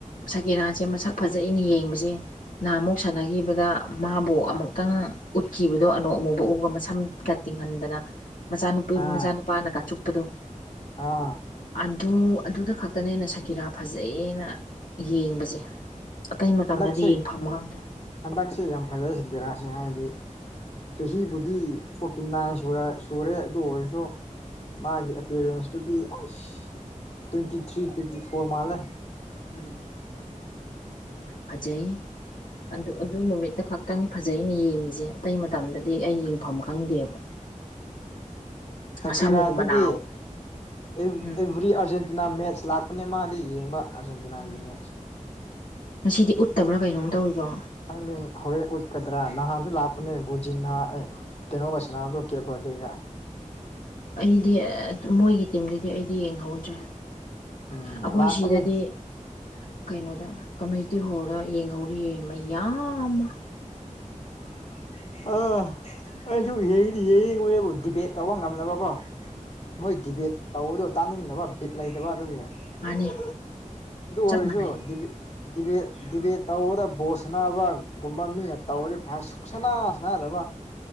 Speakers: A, on the left (about 85°); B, on the left (about 55°).
A: ꯁꯛꯀꯤꯔꯥꯁꯦ ꯃꯁꯛ ꯐꯖꯩꯅ ꯌꯦꯡꯕꯁꯦ ꯅꯍꯥꯃꯨꯛ ꯁꯥꯟꯅꯈꯤꯕꯗ ꯃꯥꯕꯨ ꯑꯃꯨꯛꯇꯪ ꯎꯠꯈꯤꯕꯗꯣ ꯑꯅꯣꯛ ꯑꯃꯨ <unintelligible> ꯃꯁꯝꯒ ꯇꯤꯡꯍꯟꯗꯅ ꯃꯆꯥꯅꯨꯄꯤ
B: ꯑꯥ
A: ꯃꯆꯥꯅꯨꯄꯥꯅꯒꯅ ꯆꯨꯞꯄꯗꯣ
B: ꯑꯥ
A: ꯑꯗꯨ ꯑꯗꯨꯗ ꯈꯛꯇꯅꯦ ꯑꯩꯅ ꯁꯛꯀꯤꯔꯥ ꯐꯖꯩꯅ ꯌꯦꯡꯕꯁꯦ ꯑꯇꯩ ꯃꯇꯝꯗꯗꯤ
B: ꯍꯟꯗꯛꯁꯦ
A: ꯌꯦꯡꯐꯝ ꯈꯪꯗꯦ
B: ꯍꯟꯗꯛꯁꯦ ꯌꯥꯝ ꯐꯖꯩ ꯁꯛꯀꯤꯔꯥꯁꯦ ꯍꯥꯏꯗꯤ ꯆꯍꯤꯕꯨꯗꯤ ꯐꯣꯔꯇꯤ ꯅꯥꯏꯟ ꯁꯨꯔꯦ ꯑꯗꯨ ꯑꯣꯏꯔꯁꯨ ꯃꯥꯒꯤ ꯑꯦꯄꯤꯔꯦꯟꯁꯇꯨꯗꯤ ꯑꯁ ꯇ꯭ꯋꯦꯟꯇꯤ ꯊ꯭ꯔꯤ ꯇ꯭ꯋꯦꯟꯇꯤ ꯐꯣꯔ ꯃꯥꯜꯂꯦ
A: ꯎꯝ ꯌꯥꯝ ꯐꯖꯩ ꯑꯗꯨ
B: ꯎꯝ
A: ꯑꯗꯨ ꯅꯨꯃꯤꯠꯇ ꯈꯛꯇꯅꯦ ꯐꯖꯩꯅ ꯌꯦꯡꯉꯤꯁꯦ ꯑꯇꯩ ꯃꯇꯝꯗꯗꯤ ꯑꯩ ꯌꯦꯡꯐꯝ ꯈꯪꯗꯦꯕ
B: ꯁꯛꯀꯤꯔꯥꯗꯨꯗꯤ
A: ꯃꯁꯥ ꯃꯎ ꯃꯅꯥꯎ
B: ꯑꯦꯚ꯭ꯔꯤ
A: ꯎꯝ
B: ꯑꯥꯔꯖꯦꯟꯇꯤꯅꯥ ꯃꯦꯠꯁ ꯂꯥꯛꯄꯅꯦ ꯃꯥꯗꯤ ꯌꯦꯡꯕ ꯑꯥꯔꯖꯦꯟꯇꯤꯅꯥꯒꯤ
A: ꯎꯝ
B: ꯃꯦꯠꯆ
A: ꯉꯁꯤꯗꯤ ꯎꯠꯇꯕ꯭ꯔ ꯀꯩꯅꯣꯝ ꯇꯧꯋꯤꯀꯣ
B: ꯈꯪꯗꯦ ꯍꯧꯔꯦꯟ ꯎꯠꯀꯗ꯭ꯔ ꯅꯥꯍꯥꯟꯁꯨ ꯂꯥꯛꯄꯅꯦ ꯕꯣꯖꯤꯟꯍꯥ ꯑꯦ ꯀꯩꯅꯣꯒ ꯁꯥꯟꯅꯕꯗꯣ ꯀꯦꯕ ꯕꯔꯗꯦ ꯒ
A: ꯑꯩꯗꯤ ꯃꯣꯏꯒꯤ ꯇꯤꯝꯗꯨꯗꯤ ꯑꯩꯗꯤ ꯌꯦꯡꯍꯧꯗ꯭ꯔꯦ
B: ꯎꯝ
A: ꯑꯈꯣꯏ
B: ꯂꯥꯛꯄꯅꯦ
A: ꯁꯤꯗꯗꯤ ꯀꯩꯅꯣꯗ ꯀꯝꯃ꯭ꯌꯨꯅꯤꯇꯤ ꯍꯣꯜꯗ ꯌꯦꯡꯍꯧꯔꯤꯌꯦ ꯃꯌꯥꯝꯃ
B: <inaudible> ꯑꫭ‌ ꯑꯩꯁꯨ ꯌꯦꯡꯗꯤ ꯌꯦꯡꯅꯤꯕꯅꯦꯕꯨ ꯗꯤꯕꯦꯠ ꯇꯧꯕ ꯉꯝꯗꯕꯀꯣ ꯃꯣꯏ ꯗꯤꯕꯦꯠ ꯇꯧꯕꯗꯣ ꯇꯥꯅꯤꯡꯗꯕ ꯕꯤꯠ ꯂꯩꯇꯕ ꯑꯗꯨꯒꯤ ꯑꯗꯨ
A: ꯃꯥꯅꯦ
B: ꯑꯣꯏꯔꯁꯨ
A: ꯆꯞ ꯃꯥꯟꯅꯩ
B: ꯗꯤ ꯗꯤꯕꯦꯠ ꯗꯤꯕꯦꯠ ꯇꯧꯕꯗ ꯕꯣꯜ ꯁꯥꯟꯅꯕꯒꯨꯝꯕ ꯃꯤꯅ ꯇꯧꯔꯗꯤ ꯐꯩ ꯁꯨꯛꯁꯅꯥ ꯁꯥꯟꯅꯗꯕ